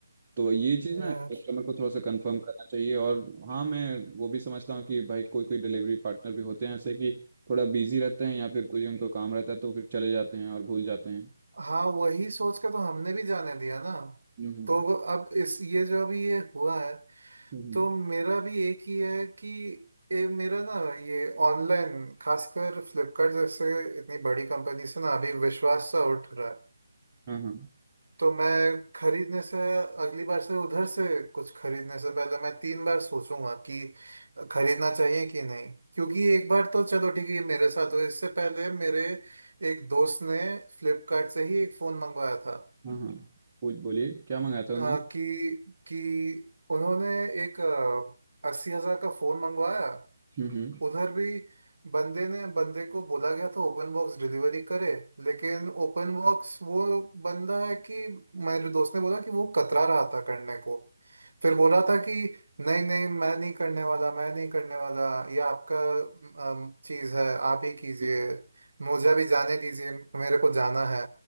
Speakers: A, on the right (about 30°); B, on the right (about 65°).
A: तो ये चीज़
B: यार
A: ना कस्टमर को थोड़ा सा कंफर्म करना चाहिए और हाँ मैं वो भी समझता हूँ कि भाई कोई कोई डिलीवरी पार्टनर भी होते हैं ऐसे कि थोड़ा बिजी रहते हैं या फिर कोई उनको काम रहता है तो फिर चले जाते हैं और भूल जाते हैं
B: हाँ वही सोच के तो हमने भी जाने दिया ना
A: हम्म
B: तो अब इस ये जो अभी ये हुआ है
A: हम्म
B: तो मेरा भी एक ही है कि ये मेरा ना ये ऑनलाइन खासकर फ्लिपकार्ट जैसे इतनी बड़ी कंपनी से ना अभी विश्वास सा उठ रहा है
A: हाँ हाँ
B: तो मैं खरीदने से अगली बार से उधर से कुछ खरीदने से पहले मैं तीन बार सोचूंगा कि खरीदना चाहिए कि नहीं क्योंकि एक बार तो चलो ठीक है ये मेरे साथ हुआ इससे पहले मेरे एक दोस्त ने फ्लिपकार्ट से ही एक फ़ोन मंगवाया था
A: हाँ हाँ पूछ बोलिए क्या मंगाया था उन्होंने
B: अ, कि कि उन्होंने एक अस्सी हजार का फ़ोन मंगवाया
A: हम्म हम्म
B: उधर भी बंदे ने बंदे को बोला गया था ओपन बॉक्स डिलीवरी करे लेकिन ओपन बॉक्स वो बंदा है कि मेरे दोस्त ने बोला कि वो कतरा रहा था करने को फिर बोल रहा था कि नहीं नहीं मैं नहीं करने वाला मैं नहीं करने वाला ये आपका अम, चीज़ है आप ही कीजिए
A: ये-
B: मुझे भी जाने दीजिए मेरे को जाना है